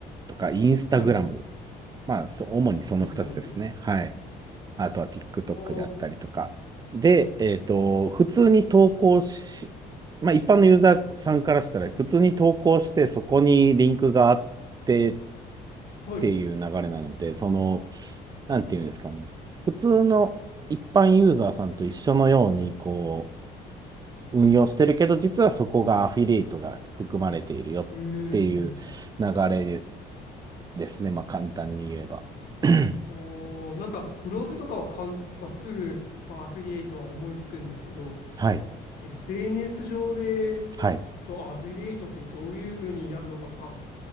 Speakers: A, on the right (about 25°); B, on the left (about 65°).
A: とかインスタグラム、
B: はい。
A: まあ、そう、主にその2つですね。
B: インスタですね。
A: はい。あとは TikTok
B: ああ、
A: であったりとか。で、えっと、普通に投稿し、まあ、一般のユーザーさんからしたら、普通に投稿して、そこにリンクがあってっ
B: はい。
A: ていう流れなので、その、なんていうんですかね。普通の一般ユーザーさんと一緒のように、こう、運用してるけど、実はそこがアフィリエイトが含まれているよっていう流れ
B: ええ
A: ですね。まあ簡単に言えば。<clears throat>
B: ああ、なんか、ブログとかはかん、まあ、すぐ、まあ、アフィリエイトは思いつくんですけど、
A: はい。
B: まあ、SNS 上で、
A: はい。
B: そう、アフィリエイトってどういうふうにやるのかとか、